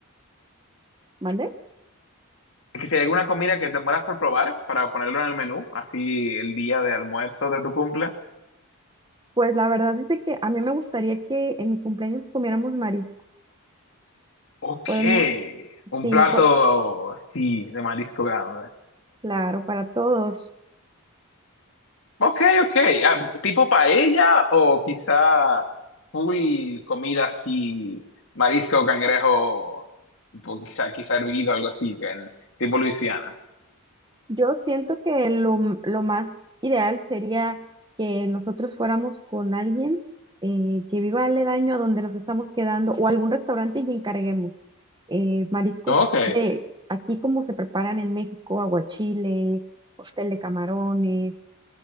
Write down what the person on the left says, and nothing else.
que si hay alguna comida que te mueras por probar para ponerlo en el menú, así el día de almuerzo de tu cumple.
Ok,
un
plato,
sí, de marisco grande.
Ok, ok, Ah, tipo paella o quizá full comida así, marisco, cangrejo, tipo, quizá, quizá hervido, algo así, que en- tipo Luisiana.
Ok.